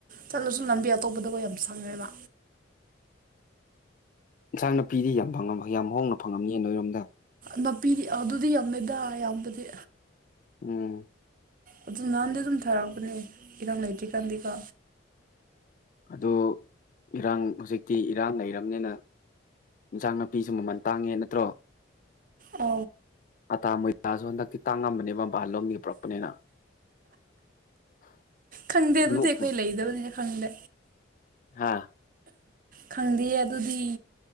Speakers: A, on the right (about 45°); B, on the left (about 40°).
A: ꯆꯠꯂꯁꯨ ꯂꯝꯕꯤ ꯑꯇꯣꯞꯄꯗꯒ ꯌꯥꯝ ꯁꯪꯉꯦꯕ
B: ꯏꯟꯁꯥꯡꯅ ꯄꯤꯔꯤꯗꯤ ꯌꯥꯝ ꯐꯉ ꯌꯥꯝ ꯍꯣꯡꯅ ꯐꯪꯉꯝꯃꯤ ꯅꯣꯏꯔꯣꯝꯗ
A: ꯅꯥꯄꯤꯗꯤ ꯑꯗꯨꯗꯤ ꯌꯥꯝꯃꯦꯗ ꯑꯌꯥꯝꯕꯗꯤ
B: ꯎꯝ
A: ꯑꯗꯨ ꯅꯍꯥꯟꯗꯤ ꯑꯗꯨꯝ ꯊꯥꯔꯛꯄꯅꯦ ꯏꯔꯪ ꯂꯩꯇ꯭ꯔꯤꯀꯥꯟꯗꯤꯀꯣ
B: ꯑꯗꯨ ꯏꯔꯥꯡ ꯍꯧꯖꯤꯛꯇꯤ ꯏꯔꯥꯟ ꯂꯩꯔꯕꯅꯤꯅ ꯏꯟꯁꯥꯡ ꯅꯥꯄꯤꯁꯨ ꯃꯃꯟ ꯇꯥꯡꯉꯦ ꯅꯠꯇ꯭ꯔꯣ
A: ꯑ
B: ꯑꯥꯇꯥ ꯃꯣꯏꯖꯥꯁꯨ ꯍꯟꯗꯛꯇꯤ ꯇꯥꯡꯉꯝꯕꯅꯦꯕ ꯃꯕꯥꯜ ꯂꯣꯝꯒꯤ ꯄꯨꯔꯛꯄꯅꯤꯅ <unintelligible>
A: ꯈꯪꯗꯦ ꯑꯗꯨꯗꯤ
B: ꯅꯣꯛꯎ
A: ꯑꯩꯈꯣꯏ ꯂꯩꯗꯕꯅꯤꯅ ꯈꯪꯗꯦ
B: ꯍꯥꯥ
A: ꯈꯪꯗꯦ ꯑꯗꯨꯗꯤ